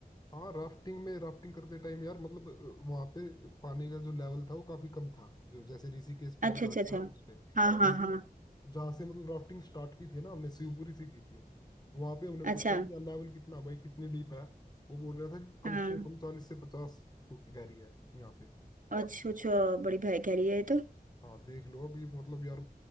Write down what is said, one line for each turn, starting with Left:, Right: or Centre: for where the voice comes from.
Left: हाँ राफ्टिंग में राफ्टिंग करते टाइम यार मतलब वहां पे पानी का जो लेवल था वो काफी कम था जो जैसे ऋषिकेश पे
Right: अच्छा
Left: जो घाट
Right: अच्छा अच्छा
Left: था उस पे
Right: हाँ हाँ
Left: लेकिन
Right: हाँ
Left: जहाँ से मतलब राफ्टिंग स्टार्ट की थी ना हमने शिवपुरी से की थी वहां पे हमने पूछा
Right: अच्छा
Left: कि यार लेवल कितना है भाई कितनी डीप है वो बोल रहा था कि
Right: हाँ
Left: कम से कम चालीस से पचास फुट गहरी है यहाँ पे
Right: अच्छा अच्छा बड़ी भाई कह रही है ये तो
Left: हाँ देख लो अभी मतलब यार